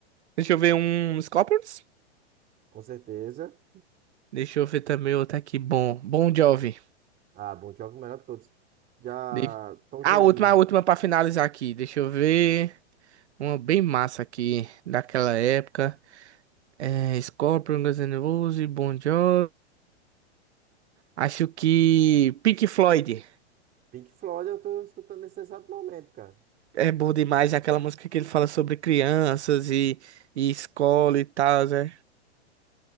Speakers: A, on the right (about 80°); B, on the right (about 25°).
A: deixa eu ver um Scorpions.
B: com certeza.
A: Deixa eu ver também outro aqui bom. Bom Jovi.
B: Ah, Bon Jovi, o melhor de todos. Já
A: De...
B: Tom
A: Ah,
B: Jobim,
A: A última, a última pra finalizar aqui. Deixa eu ver uma bem massa aqui daquela época. É, Scorpion, Guns N' Roses, Bon Jovi. Acho que Pink Floyd
B: Pink Floyd, eu tô escutando nesse exato momento, cara.
A: é bom demais, é aquela música que ele fala sobre crianças e, e escola e tal, né?